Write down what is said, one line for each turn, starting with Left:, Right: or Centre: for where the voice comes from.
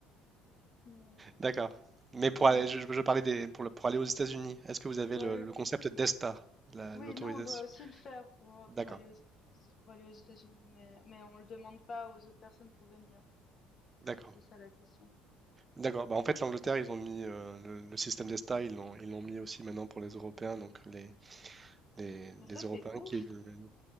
Left: <laughs> Mais, euh,
Right: D'accord. Mais pour aller, je,
Left: ouais.
Right: je- je parlais des, pour, le- pour aller aux États-Unis, est-ce que vous avez
Left: Pour
Right: le,
Left: aller-
Right: le concept d'ESTA, la-
Left: Oui,
Right: l'autorisation?
Left: nous, on doit aussi le faire pour, euh,
Right: D'accord,
Left: pour aller aux, pour aller aux États-Unis, mais, mais on le demande pas aux autres personnes pour venir,
Right: d'accord.
Left: si c'est ça la question.
Right: D'accord. Bah, en fait, l'Angleterre, ils ont mis euh, le, le système d'ESTA, ils l'ont ils l'ont mis aussi maintenant pour les Européens. Donc, les, les,
Left: Mais ça,
Right: les Européens
Left: c'est ouf!
Right: qui. veulent-